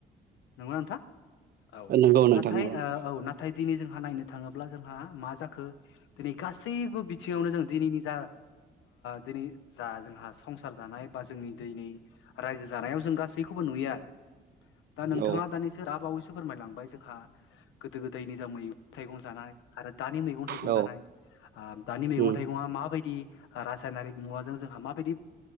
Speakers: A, on the left; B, on the right.
A: नंगौना नोंथां औ
B: नंगौ नोंथां
A: नाथाय
B: नंगौ
A: औ नाथाय दिनै जोंहा नायनो थाङोब्ला जोंहा मा जाखो दिनै गासैबो बिथिङावनो जों दिनैनि जा दिनै जा जोंहा संसार जानाय बा जोंनि दैनि रायजो जानायाव जों गासैखौबो नुयोआरो दा नोंथाङा
B: औ
A: दानिसो दा बावैसो फोरमायलांबाय जोंहा गोदो गोदायनि जा मैगं थाइगं जानाय आरो दानि मैगं थाइगं
B: औ
A: जानाय दानि मैगं
B: उम
A: थाइगंया माबायदि रासायनारिक मुवाजों जोंहा माबायदि